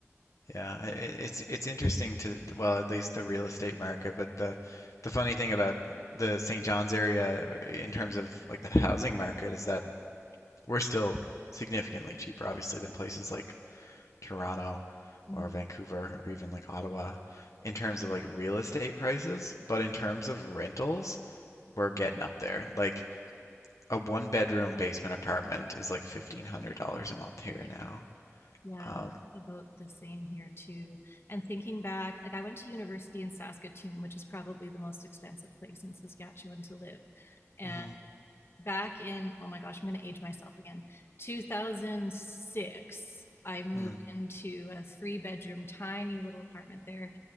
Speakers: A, on the left (about 85°); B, on the left (about 50°).
A: Yeah, i- i- it's it's interesting to well, at least the real estate market, but the the funny thing about the St. John's area uh, in terms of like the <laughs> housing market is that we're still significantly cheaper, obviously, than places like Toronto
B: Mhm.
A: or Vancouver or even like Ottawa in terms of like real estate prices, but in terms of rentals, we're getting up there. Like a one bedroom basement apartment is like $1,500 a month here now.
B: Yeah,
A: Um,
B: that's about the same here too. And thinking back, like I went to university in Saskatoon, which is probably the most expensive place in Saskatchewan to live. And
A: mhm,
B: back in, oh my gosh, I'm going to age myself again. 2006, I moved
A: mm.
B: into a three bedroom, tiny little apartment there.